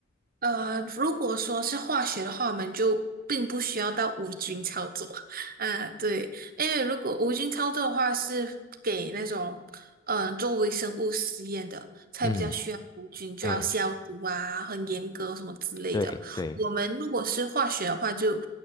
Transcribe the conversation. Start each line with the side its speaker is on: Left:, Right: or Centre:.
Right: 呃，如果说是化学的话，我们就并不需要到无菌操作。<laughs> 啊，对，因为如果无菌操作的话，是给那种嗯、呃做微生物实验的，才比较需要无菌，
Left: 嗯
Right: 就要消毒啊，
Left: 嗯，
Right: 很严格什么之类的。
Left: 对对
Right: 我们如果是化学的话就，